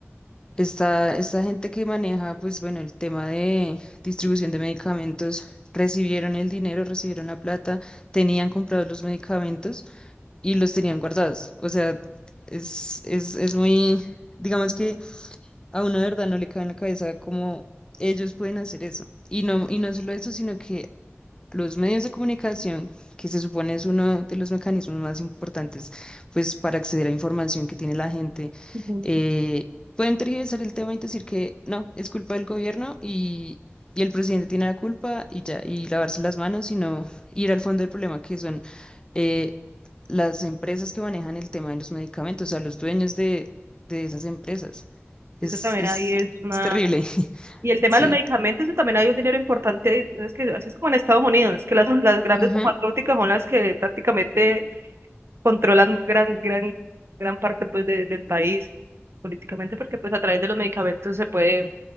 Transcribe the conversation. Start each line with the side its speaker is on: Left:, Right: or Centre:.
Left: esta, esta gente que maneja, pues, bueno, el tema de distribución de medicamentos, recibieron el dinero, recibieron la plata, tenían comprados los medicamentos y los tenían guardados. O sea, es, es, es muy, digamos que a uno de verdad no le cabe en la cabeza cómo ellos pueden hacer eso. Y no, y no solo eso, sino que los medios de comunicación, que se supone es uno de los mecanismos más importantes, pues para acceder a información que tiene la gente,
Right: Ujú.
Left: eh, pueden tergiversar el tema y decir que no, es culpa del gobierno y, y el presidente tiene la culpa y ya, y lavarse las manos, sino ir al fondo del problema, que son eh, las empresas que manejan el tema de los medicamentos, o sea, los dueños de, de esas empresas. Es,
Right: Eso también
Left: es,
Right: ahí es una...
Left: es terrible, <laughs>
Right: Y el tema
Left: sí.
Right: de los medicamentos, eso también hay un dinero importante, ahí, es que así es como en Estados Unidos, que las, Ujú. las grandes
Left: Ujú.
Right: farmacéuticas son las que prácticamente controlan gran, gran, gran parte pues, de- del país políticamente, porque pues a través de los medicamentos se puede